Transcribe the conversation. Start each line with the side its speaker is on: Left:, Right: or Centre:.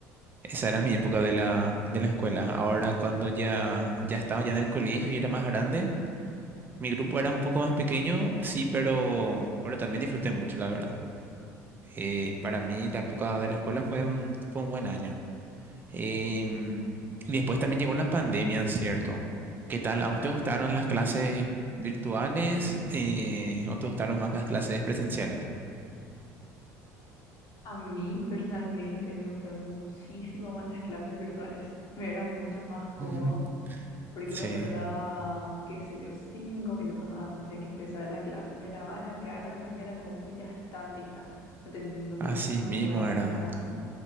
Right: Esa era mi época de la, de la escuela. Ahora cuando ya, ya estaba ya en el colegio y era más grande, mi grupo era un poco más pequeño, sí, pero, pero también disfruté mucho, la verdad. Eh, para mí la época de la escuela fue un, fue un buen año. Em, y después también llegó la pandemia, ¿cierto? ¿Qué tal? ¿A vos te gustaron las clases virtuales eh, o te gustaron más las clases presenciales?
Left: A mí personalmente me gustaron muchísimo más las clases virtuales. Me era mucho más cómodo,
Right: <laughs>
Left: porque
Right: Sí,
Left: me despertaba, qué sé yo, cinco minutos antes de que empezara la clase. Me lavaba la cara, prendía la compu y ya estaba lista. No, ten- no tenía
Right: así
Left: que madrugar
Right: mismo era.
Left: ni nada.